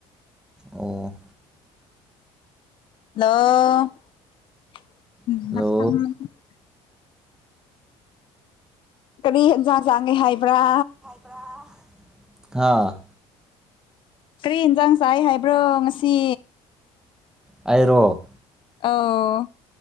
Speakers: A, in the centre; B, on the left (about 45°).
A: ꯑꯣ
B: ꯍꯂꯣ
A: ꯍꯜꯂꯣ
B: ꯀꯔꯤ ꯍꯦꯟꯖꯥꯡ ꯆꯥꯡꯒꯦ ꯍꯥꯏꯕ꯭ꯔꯥ
A: ꯕ꯭ꯔꯥ ꯍꯥꯥ
B: ꯀ꯭ꯔꯤ ꯏꯟꯖꯥꯡ ꯆꯥꯏ ꯍꯥꯏꯕ꯭ꯔꯣ ꯉꯁꯤ
A: ꯑꯩꯔꯣ
B: ꯑꯣ